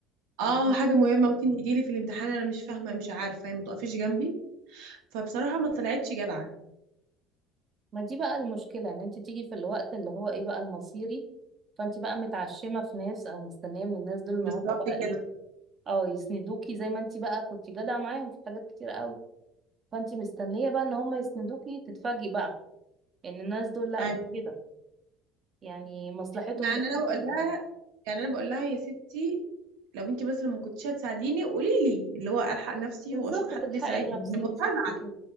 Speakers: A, on the right (about 35°); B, on the right (about 85°).
A: بالظبط
B: اه حاجة مهمة ممكن يجي لي في الامتحان انا مش فاهمة مش عارفة هي ما تقفيش جنبي فبصراحة ما طلعتش جدعة
A: ما دي بقى المشكله ان انت تيجي في الوقت اللي هو ايه بقى المصيري فانت بقى متعشمه في ناس او مستنيه من الناس دول ان
B: بالظبط
A: هم بقى ايه
B: كده
A: اه يسندوكي زي ما انت بقى كنت جدعة معاهم في حاجات كتير قوي فانت مستنية بقى ان هم يسندوكي تتفاجئي بقى ان الناس دول لا
B: يعني
A: مش كده يعني مصلحتهم
B: يعني
A: بقى
B: انا بقول
A: إيه؟
B: لها يعني انا بقول لها يا ستي لو انت مثلا ما كنتش هتساعديني قولي لي اللي هو الحق نفسي
A: بالظبط
B: واشوف حد
A: تلحقي
B: يساعدني
A: نفسك
B: انا بقول
A: صح
B: هزعل
A: كده